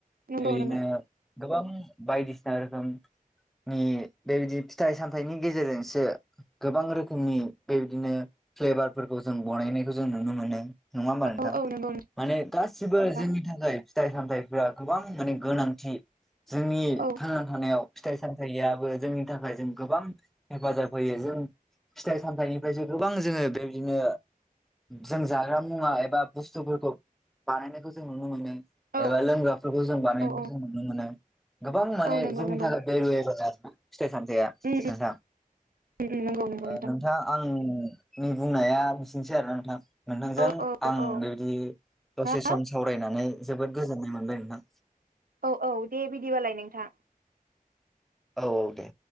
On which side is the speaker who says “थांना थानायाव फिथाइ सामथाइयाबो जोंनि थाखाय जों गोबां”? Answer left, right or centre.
Centre